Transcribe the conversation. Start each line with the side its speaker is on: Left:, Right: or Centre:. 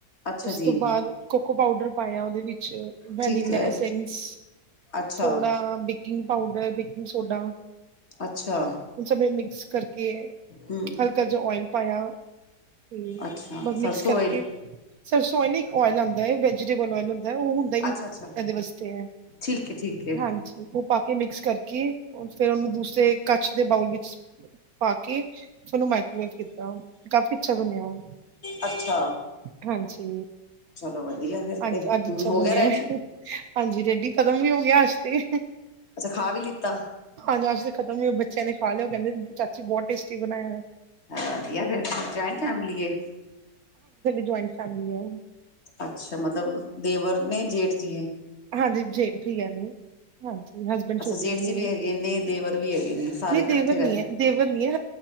Left: ਅੱਛਾ
Right: ਉਸ
Left: ਜੀ
Right: ਤੋਂ ਬਾਅਦ ਕੋਕੋ ਪਾਊਡਰ ਪਾਇਆ ਓਦੇ ਵਿਚ ਵਨੀਲਾ
Left: ਠੀਕ ਹੈ
Right: ਐਸੰਸ
Left: ਅੱਛਾ
Right: ਥੋੜਾ ਬ ਬੇਕਿੰਗ ਪਾਊਡਰ ਬੇਕਿੰਗ ਸੋਡਾ
Left: ਅੱਛਾ
Right: ਹ ਸਮੇ ਮਿਕਸ ਕਰਕੇ
Left: ਹਮ
Right: ਹਲਕਾ ਜ ਓਇਲ ਪਾਇਆ। ਤੇ
Left: ਅੱਛਾ
Right: ਬਸ ਮਿਕਸ
Left: ਸਰਸੋਂ
Right: ਕਰਕੇ
Left: ਓਇਲ
Right: ਸਰਸੋਂ ਨ ਇੱਕ ਓਇਲ ਆਉਂਦਾ ਵੈਜੀਟੇਬਲਲ। ਉਹ ਹੁੰਦਾ ਹੀ
Left: ਅੱਛਾ ਅੱਛਾ
Right: ਕਦੇ ਵਾਸਤੇ ਐ।
Left: ਠੀਕ ਹੈ ਠੀਕ ਹੈ
Right: ਹਾਂਜੀ ਉਹ ਪਾ ਕੇ ਮਿਕਸ ਕਰਕੇ ਫੇਰ ਉਹਨੂੰ ਦੂਸਰੇ ਕਚ ਦੇ ਬਾਊਲ ਵਿੱਚ। ਪਾ ਕੇ ਫਿਰ ਨੂੰ ਮਾਈਕੋਵੇਵ ਕੀਤਾ ਕਾਫੀ ਅੱਛਾ ਬਣਿਆ ਵ।
Left: ਅੱਛਾ।
Right: ਹਾਂਜੀ।
Left: ਚਲੋ ਵਧੀਆ ਫਿਰ
Right: ਅੱਜ
Left: ਤੇ ਹੁਣ
Right: ਅੱਜ ਅੱਛਾ
Left: ਹੋ
Right: ਬਣਿਆ
Left: ਗਿਆ ਰੈਡੀ
Right: ਹਾਂਜੀ ਰੇਡੀ ਖਤਮ ਵੀ ਹੋ ਗਿਆ ਅੱਜ ਤੇ
Left: ਅੱਛਾ ਖਾ ਵੀ ਲਿੱਤਾ।
Right: ਹਾਂਜੀ ਅੱਜ ਤੇ ਖਤਮ ਹੋ ਬੱਚਿਆਂ ਨੇ ਖਾ ਲਿਓ ਕਹਿੰਦੇ ਚਾਚੀ ਬਹੁਤ ਟੇਸਟੀ ਬਣਾਇਆ।
Left: ਵਧੀਆ ਫੇਰ ਜਆਇੰਟ ਫੈਮਲੀ।
Right: ਜਇੰਟ ਫੈਮਲੀ ਏ।
Left: ਅੱਛਾ ਮਤਲਬ ਦੇਵਰ ਨੇ ਜੇਠ ਜੀਏ।
Right: ਹਾਂਜੀ ਜੇਠ ਭੀ ਹੈ ਜੀ ਹਾਂਜੀ। ਹਸਬੈਂਡ
Left: ਅੱਛਾ
Right: ਛੋਟੇ
Left: ਜੇਠ
Right: ਨੇ ਮੇਰੇ
Left: ਜੀ ਵੀ
Right: ਨਹੀਂ
Left: ਹੈਗੇ ਨੇ ਦੇਵਰ ਵੀ ਹੈਗੇ ਨੇ ਸਾਰੇ ਇਕੱਠੇ
Right: ਦੇਵਰ
Left: ਰਹਿੰਦੇ
Right: ਨੀ ਹੈ ਦੇਵਰ ਨੀ ਹੈ